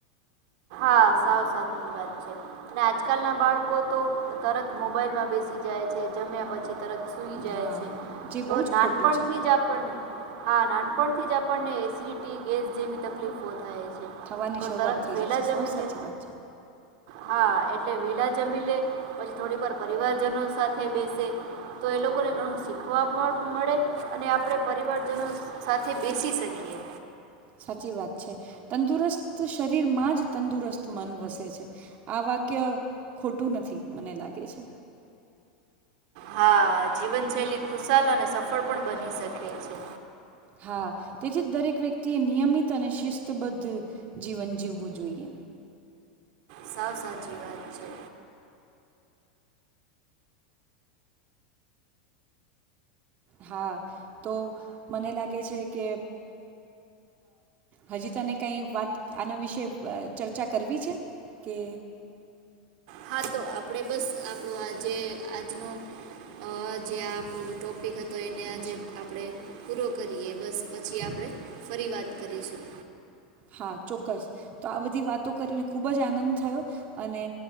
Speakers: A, on the right; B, on the right.
A: હા સાવ સાચી વાત છે. અને આજકાલ ના બાળકો તો તરત મોબાઈલમાં બેસી જાય છે. જમ્યા પછી તરત સુઈ જાય
B: હા
A: છે.
B: જે બહુ
A: તો
B: જ
A: નાનપણથી
B: ખોટું છે
A: જ આપણને હા નાનપણથી જ આપણને એસિડિટી ગેસ જેવી તકલીફો થાય છે.
B: થવાની
A: તો
B: શરૂઆત
A: તરત
B: થઈ એ
A: વહેલા
B: જ્યાં છે,
A: જમી
B: સાવ સાચી
A: લે
B: વાત છે.
A: હા, એટલે વહેલા જમી લે, પછી થોડીક વાર પરિવારજનો સાથે બેસે, તો એ લોકોને ઘણું શીખવા પણ મળે અને આપણે પરિવારજનો સાથે બેસી શકીએ.
B: સાચી વાત છે. તંદુરસ્ત શરીરમાં જ તંદુરસ્ત મન વસે છે. આ વાક્ય ખોટું નથી, મને લાગે છે.
A: હા, જીવનશૈલી ખુશાલ અને સફળ પણ બની શકે છે.
B: હા, તેથી જ દરેક વ્યક્તિએ નિયમિત અને શિસ્તબદ્ધ જીવન જીવવું જોઈએ.
A: સાવ સાચી વાત છે.
B: હા તો મને લાગે છે કે, અ હજી તને કઈ વાત આના વિશે અ ચર્ચા કરવી છે કે
A: હા તો આપડે બસ આપણો આજે આજનો અહ જે આ ટોપિક હત તો એને આજેે
B: વિશે
A: આપણે પૂરો કરીએ બસ. પછી આપણે ફરી વાત કરીશું.
B: હા, ચોક્કસ તો આ બધી વાતો કરીને ખૂબ જ આનંદ થયો. અને